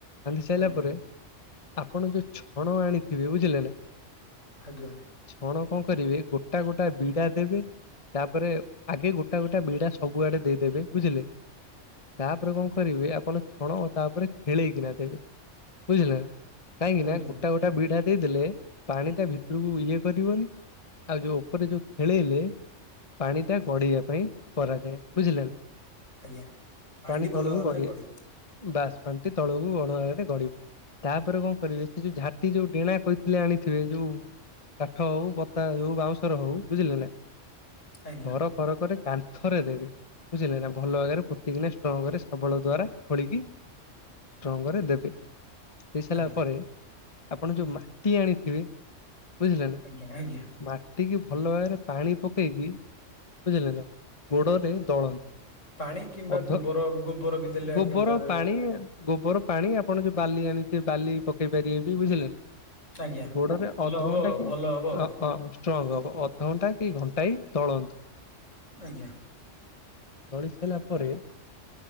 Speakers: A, on the left; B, on the left.
A: ସାଇଲା
B: ଆଜ୍ଞା
A: ପରେ ଆପଣ ଯୋଉ ଛଣ ଆଣିଥିବେ ବୁଝିଲେ ନା।
B: ଆଜ୍ଞା।
A: ଛଣ କଁ କରିବେ ଗୋଟା ଗୋଟା ବିଡା ଦେବେ। ତାପରେ ଆଗେ ଗୋଟା ଗୋଟା ବିଡା ସବୁଆଡେ ଦେଇଦେବେ ବୁଝିଲେ। ତାପରେ କଁ କରିବେ ଆପଣ ଛଣ ତା ଉପରେ ଖେଳେଇକିନା ଦେବେ। ବୁଝିଲେ କାହିଁକି
B: ଆଜ୍ଞା
A: ନା ଗୋଟା
B: ଆଜ୍ଞା
A: ଗୋଟା ବିଢା ଦେଇଦେଲେ ପାଣି ଟା ଭିତୁରୁକୁ ଇଏ କରିବନି। ଆଉ ଯୋଉ ଓପୋରେ ଯୋଉ ଖେଳେଇଲେ। ପାଣି ଟା ଗଢେଇିବା ପାଇଁ କରାଯାଏ ବୁଝିଲେ ନା।
B: ଆଜ୍ଞା ପାଣିଟି
A: ପାଣି ତଳୁକୁ
B: ଭଲ ଭାବରେ
A: ଗଡି <unintelligible>
B: ଗଡିବ
A: ବାସ ପାଣିଟି ତଳୁକୁ <unintelligible> <unintelligible> ତାପରେ କଁ କରିବେ ସେ ଯୋଉ ଝାଟି ଯୋଉ ଡେଣା କହିଥିଲେ ଆଣିଥିବେ ଯୋଉ କାଠ ହୋଉ ବତା ହେଉ ବାଉଁଶର ହୋଉ ବୁଝିଲେ ନା
B: ଆଜ୍ଞା
A: ଘର କରକରେ କାନ୍ଥରେ ଦେବେ ବୁଝିଲେ ନା ଭଲ ବାଗରେ ପୋତି କିନା ଷ୍ଟ୍ରଙ୍ଗରେ ସବଳ ଦ୍ୱାରା ଖୋଳିକି ଷ୍ଟ୍ରଙ୍ଗରେ ଦେବେ ଦେଇ ସାଇଲା
B: ଆଜ୍ଞା
A: ପରେ ଆପଣ ଯୋଉ ମାଟି ଆଣିଥିବେ ବୁଝିଲେ ନା
B: ଆଜ୍ଞା ଆଜ୍ଞା
A: ମା ଟିକି ଭଲ ଭାବରେ ପାଣି ପକେଇକି ବୁଝିଲେ ନା ଗୋଡରେ ଦଳନ୍ତ।
B: ପାଣି କିମ୍ବା
A: ଅଧ
B: ଗୋବର ଗୋବର ବି ଦେଲେ
A: ଗୋବୋରୋ
B: ଆଜ୍ଞା ତା ଦେହରେ
A: ପାଣି ଗୋବୋରୋ ପାଣି ଆପଣ ଯୋଉ ବାଲି ଆଣିଥିବେ ବାଲି ପକେଇ ପାରିବେ ବି ବୁଝିଲେ
B: ଆଜ୍ଞା
A: ଗୋଡ଼ରେ
B: ଭଲ
A: ଅଧ
B: ହବ
A: ଘଣ୍ଟା
B: ଆଉ
A: କି
B: ଭଲ
A: <unintelligible>
B: ହବ ଆଉ
A: ଷ୍ଟ୍ରଙ୍ଗ୍ ହବ ଅଧଘଣ୍ଟା କି ଘଣ୍ଟାଇ ଦଳନ୍ତୁ।
B: ଆଜ୍ଞା।
A: ଦଳି ସାଇଲା ପରେ